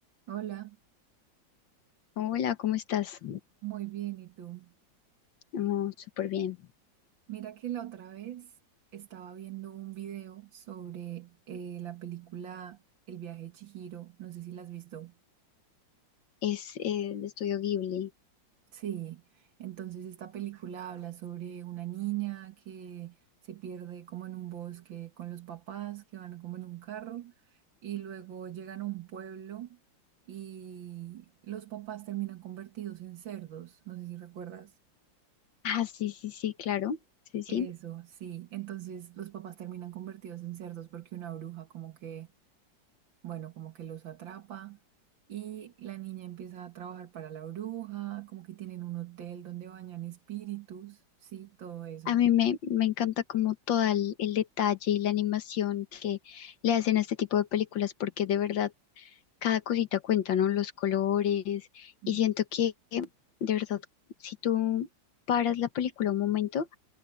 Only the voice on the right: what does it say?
Hola,
muy bien, ¿y tú?
Mira que la otra vez estaba viendo un video sobre eh, la película El viaje de Chihiro, no sé si la has visto.
Sí, entonces esta película habla sobre una niña que se pierde como en un bosque con los papás que van como en un carro y luego llegan a un pueblo y los papás terminan convertidos en cerdos, no sé si recuerdas.
Eso, sí. Entonces los papás terminan convertidos en cerdos porque una bruja como que, bueno, como que los atrapa y la niña empieza a trabajar para la bruja, como que tienen un hotel donde bañan espíritus, sí, todo eso.
Mm.